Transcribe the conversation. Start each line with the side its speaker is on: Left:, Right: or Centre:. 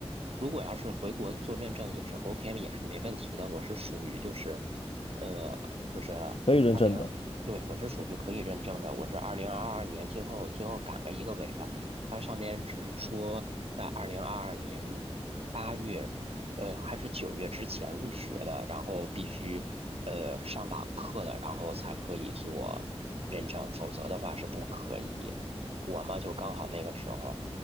Right: 如果要是回国做认证也是 OK，也是没问题的。我是属于就是，呃，就是
Left: 可以认证的，
Right: 二零，对，我是属于可以认证的。我是二零二二年最后最后赶了一个尾巴。它上面只是说在二零二二年。八月，呃，还是九月之前入学的，然后必须呃上网课的，然后才可以做认证，否则的话是不可以。我嘛，就刚好那个时候，